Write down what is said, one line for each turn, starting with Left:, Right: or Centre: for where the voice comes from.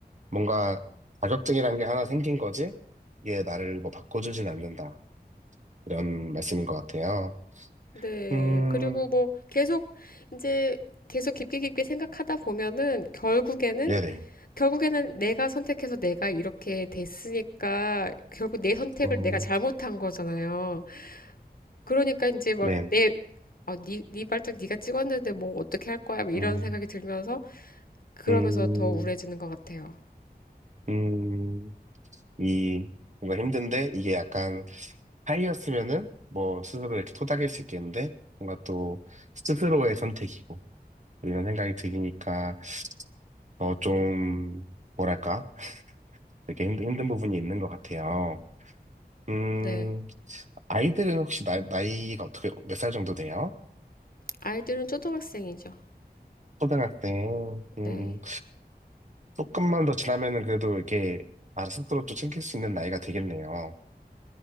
Right: 뭔가 자격증이라는 게 하나 생긴 거지? 이게 나를 뭐 바꿔주진 않는다. 이런 말씀인 것 같아요.
Left: 네.
Right: 음,
Left: 그리고 뭐 계속 이제 계속 깊게 깊게 생각하다 보면은 결국에는
Right: 네네.
Left: 결국에는 내가 선택해서 내가 이렇게 됐으니까 결국 내 선택을
Right: 음,
Left: 내가 잘못한 거잖아요. 그러니까 이제 막
Right: 네.
Left: 내, 어, 니, 니 발등 니가 찍었는데 뭐 어떻게 할 거야? 막 이런
Right: 음,
Left: 생각이 들면서 그러면서
Right: 음,
Left: 더 우울해지는 것 같아요.
Right: 음, 이, 뭔가 힘든데, 이게 약간 하이였으면은, 뭐, 스스로 이렇게 토닥일 수 있겠는데, 뭔가 또, 스스로의 선택이고, 이런 생각이 드니까, 어, 좀, 뭐랄까, 되게 힘든, 힘든 부분이 있는 것 같아요. 음,
Left: 네.
Right: 아이들은 혹시 나, 나이가 어떻게, 몇 살 정도 돼요?
Left: 아이들은 초등학생이죠.
Right: 초등학생, 음,
Left: 네.
Right: 음. 조금만 더 지나면은 그래도 이렇게, 알아 스스로 또 챙길 수 있는 나이가 되겠네요.